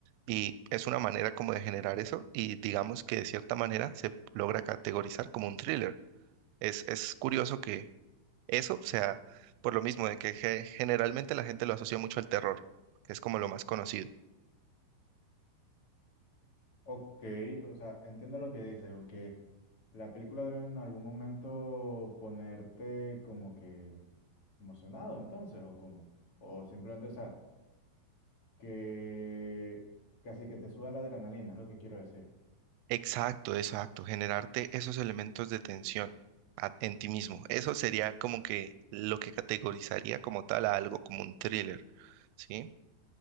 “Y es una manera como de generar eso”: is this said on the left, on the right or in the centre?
Right